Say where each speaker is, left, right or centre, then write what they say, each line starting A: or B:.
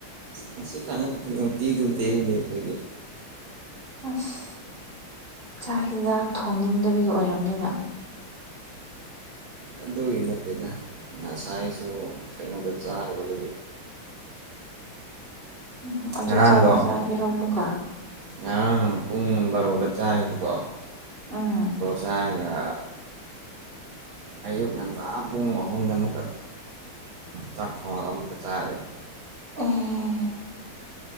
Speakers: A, on the right (about 70°); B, on the right (about 25°).
A: ꯈꯁꯤ ꯈꯅ ꯇꯗꯤ ꯇꯨꯗ ꯎꯗ ꯐꯣꯏꯗꯦ
B: ꯑꯁ ꯆꯥꯛ ꯌꯦꯟꯁꯥꯡ ꯊꯣꯡꯅꯤꯡꯗꯕꯤꯒꯤ ꯑꯣꯏꯔꯝꯅꯤꯅ
A: ꯑꯗꯨꯒꯤ ꯅꯠꯇꯗ ꯁꯥꯏꯁꯨ ꯀꯩꯅꯣꯗ ꯆꯥꯔꯨꯔꯦ
B: ꯎꯝ ꯑꯗꯨ
A: ꯉꯔꯥꯡꯗꯣ
B: ꯆꯥꯗꯤ ꯆꯥꯒꯔꯣ ꯃꯨꯛꯀ
A: ꯉꯔꯥꯡ ꯄꯨꯡ ꯕꯥꯔꯣꯗ ꯆꯥꯏꯕꯀꯣ
B: ꯑꯥ
A: ꯅꯥꯏꯒ ꯑꯌꯨꯛ ꯉꯟꯇꯥ ꯄꯨꯡ ꯑꯍꯨꯝꯗ ꯑꯃꯨꯛꯀ ꯆꯥꯛ ꯊꯣꯡꯉꯒ ꯑꯃꯨꯛꯀ ꯆꯥꯔꯦ
B: ꯎꯝ